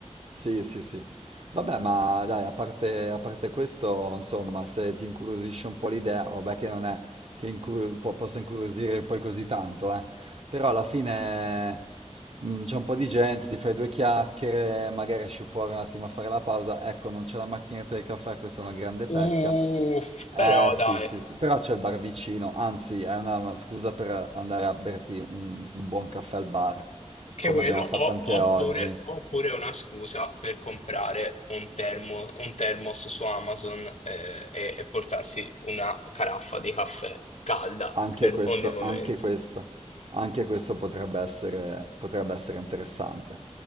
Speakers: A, on the right; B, on the left.
A: Sì, sì, sì. Vabbè, ma dai, a parte, a parte questo, insomma, se ti incuriosisce un po' l'idea, vabbè che non è che incur- po- possa incuriosire poi così tanto, eh. Però alla fine mm, c'è un po' di gente, ti fai due chiacchiere, magari esci fuori un attimo a fare la pausa. Ecco, non c'è la macchinetta del caffè, questa è una grande pecca.
B: Uh,
A: Eh
B: però
A: sì,
B: dai.
A: sì, sì, però c'è il bar vicino, anzi, è una scusa per andare a berti un un buon caffè al bar,
B: Che
A: come
B: quello,
A: abbiamo
B: o-
A: fatto anche
B: oppure,
A: oggi.
B: oppure è una scusa per comprare un, termo- un thermos su Amazon eh, e, e portarsi una caraffa di caffè calda
A: Anche
B: per
A: questo,
B: ogni momento.
A: anche questo, anche questo potrebbe essere, potrebbe essere interessante.